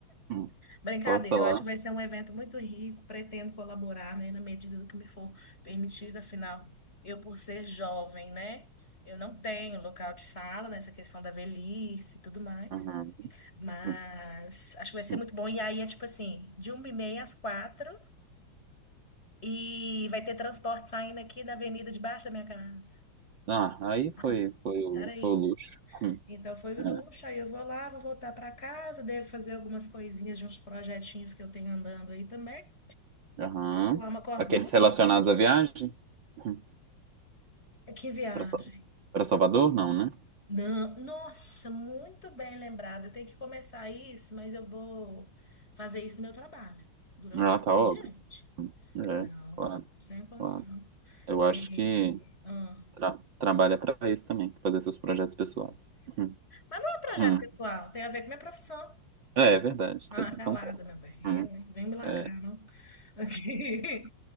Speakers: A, on the right; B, on the left.
A: Hum,
B: Brincadeira,
A: Posta lá.
B: eu acho que vai ser um evento muito rico, pretendo colaborar, né, na medida do que me for permitido, afinal, eu por ser jovem, né, eu não tenho local de fala nessa questão da velhice e tudo mais,
A: Aham.
B: mas
A: hum,
B: acho que vai ser
A: hum.
B: muito bom, e aí é tipo assim, de uma e meia às quatro, e vai ter transporte saindo aqui da avenida debaixo da minha casa.
A: Ah, aí foi,
B: <laughs>
A: foi, o,
B: Era aí,
A: foi o luxo.
B: né?
A: Hum,
B: Então foi o
A: é.
B: luxo, aí eu vou lá, vou voltar para casa, devo fazer algumas coisinhas de uns projetinhos que eu tenho andando aí também.
A: Aham.
B: Lá uma corducha.
A: Aqueles relacionados à viagem? Hum.
B: Que viagem.
A: Pra, Sa- pra Salvador? Não, né?
B: Não, nossa, muito bem lembrado. Eu tenho que começar isso, mas eu vou fazer isso no meu trabalho, durante
A: Ah,
B: o meu
A: tá
B: expediente.
A: óbvio. Hum, É,
B: Não,
A: claro,
B: sem condição.
A: claro. Eu acho
B: É,
A: que
B: ah.
A: tra- trabalha pra isso também, fazer seus projetos pessoais. Hum,
B: Mas não é projeto
A: hum.
B: pessoal, tem a ver com minha profissão.
A: É, é verdade.
B: Ah,
A: Então
B: calada,
A: então tá.
B: meu bem.
A: Hum,
B: É, né? Vem me lacrar,
A: é,
B: não? Aqui.